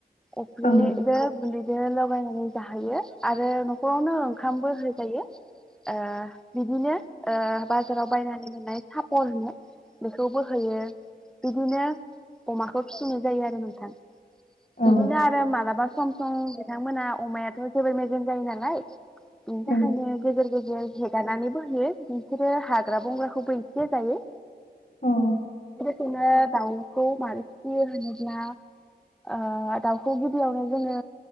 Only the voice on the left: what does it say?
ओ
औ
नोंथां
औ नोंथां